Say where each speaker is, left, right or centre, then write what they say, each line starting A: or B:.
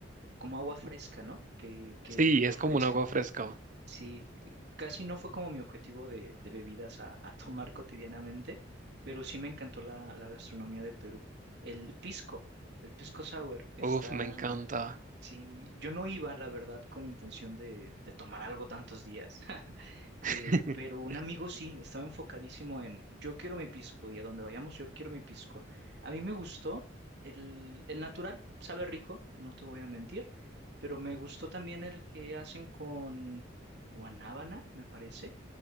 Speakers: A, on the right (about 60°); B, on the right (about 45°).
A: como agua fresca, ¿no? Que, que
B: Sí,
A: te
B: es
A: ofrecen.
B: como un agua fresca.
A: Sí, casi no fue como mi objetivo de, de bebidas a, a tomar <laughs> cotidianamente, pero sí me encantó la, la gastronomía de Perú. El pisco, el pisco sour está,
B: Uf, me encanta.
A: sí, yo no iba, la verdad, con intención de, de tomar algo tantos días,
B: <laughs>
A: eh, pero un amigo sí, estaba enfocadísimo en yo quiero mi pisco y a donde vayamos yo quiero mi pisco. A mí me gustó el, el natural, sabe rico, no te voy a mentir, pero me gustó también el que hacen con guanábana, me parece,